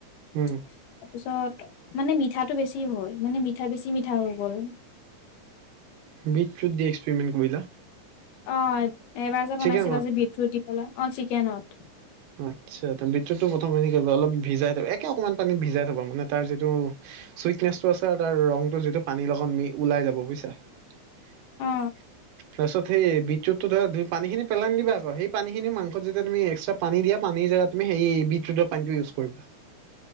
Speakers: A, on the right; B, on the left.
A: উম
B: তাৰপিছত <unintelligible> মানে মিঠাটো বেছি হ'ল মানে মিঠা বেছি মিঠা হৈ গ'ল
A: বিদ্যুত দি এক্সপেৰিমেণ্ট কৰিলা <unintelligible>
B: অ এবাৰ যে
A: চিকেন
B: বনাইছিল
A: বনা
B: আজি বিটটোৰ দি পেলাই অ চিকেনত
A: আচ্ছা তে বিটতো টো প্ৰথমে হেৰি কৰ অলপ ভিজাই থব একে অকনমান পানী ভিজাই থবা মানে তাৰ যিটো চুইটনেচটো আছে আৰু তাৰ ৰংটো যিটো পানীৰ লগত মি ওলাই যাব বুইছা <unintelligible>
B: অ
A: তাৰছত সেই বিট টোতো ধৰা পানীখিন পেলাই নিদিবা আক সেই পানীখিনিও মাংসত যেতিয়া তুমি এক্সট্ৰা <unintelligible> পানী দিয়া পানীৰ জেগাত তুমি হেৰি বিট তোত দিয়া পানী টো ইউজ কৰিবা <unintelligible>